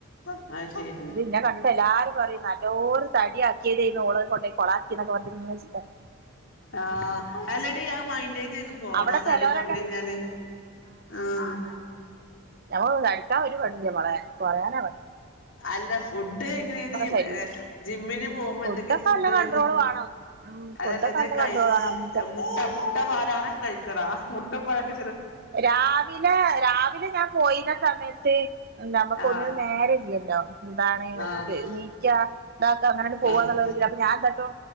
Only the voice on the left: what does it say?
ആഹ്. അത് ശരി
ആഹ് അല്ലിടി അത് മൈൻഡ ചെയ്ത് പോണ
അതാടി
കുറഞ്ഞഴിഞ്ഞാല് ആഹ്
അല്ല ഫുഡ് എങ്ങനെണ്
ർ ജിമ്മിന് പോവുമ്പ
എന്തൊക്കെ ഫുഡ്
തേക്ക
അതല്ലത്
കൈ
മുട്ട മുട്ട മാല കഴിക്കറ മുട്ടപ്പഴക്ക
ആഹ്
ആഹ്
ആഹ്